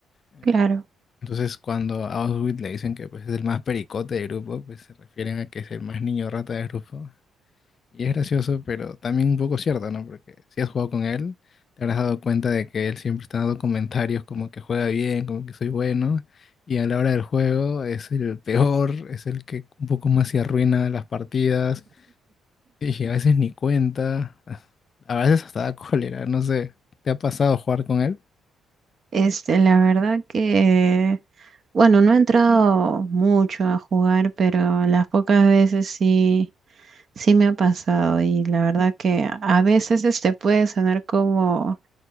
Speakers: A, on the left; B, on the right.
A: Eh,
B: claro.
A: Entonces, cuando a Oswald le dicen que pues, es el más pericote del grupo, pues se refieren a que es el más niño rata del grupo. Y es gracioso, pero también un poco cierto, ¿no? Porque si has jugado con él, te habrás dado cuenta de que él siempre está dando comentarios como que juega bien, como que soy bueno. Y a la hora del juego es el peor, es el que un poco más se arruina las partidas. Y a veces ni cuenta. A veces hasta da cólera, no sé. ¿Te ha pasado jugar con él?
B: Este, la verdad que, bueno, no he entrado mucho a jugar, pero las pocas veces sí. Sí me ha pasado y la verdad que a veces este puede sonar como,